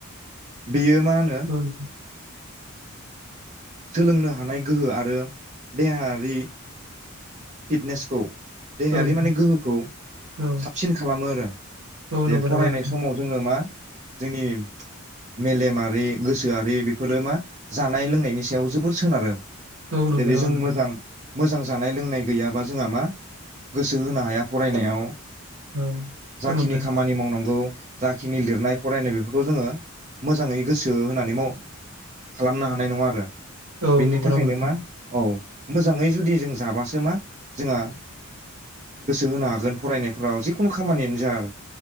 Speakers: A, on the right; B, on the right.
A: बेयो मा होनो
B: औ नोंथां
A: सोलोंनो हानाय गोहो आरो देहायारि फिटनेसखौ देहायारि
B: औ नोंथां
A: माने गोहोखौ
B: औ
A: साबसिन खालामो आरो
B: औ
A: जे
B: नंगौ
A: फरायनाय
B: नामा नोंथां
A: समाव जोङो मा जोंनि मेलेमारि गोसोआरि बेफोरो मा जानाय लोंनायनि सायाव जोबोर सोनारो।
B: औ नंगौ
A: जेरै
B: नामा
A: जों
B: नोंथां।
A: मोजां मोजां जानाय लोंनाय गैयाबा जोंहा मा गोसो होनो हाया फरायनायाव
B: औ
A: जाखिनि
B: औ नोंथां
A: खामानि मावनांगौ जाखिनि लिरनाय फरायनाय बेखौ खौ जोङो मोजाङै गोसो होनानै माव‌ खालामनो हानाय नङा आरो।
B: औ
A: बेनि
B: नंगौ
A: थाखायनो
B: नामा नोंथां
A: मा औ। मोजाङै जुदि जों जाबासो मा जोंहा गोसो होनो हागोन फरायनायफ्राव जिखुनु खामानियानो जा आरो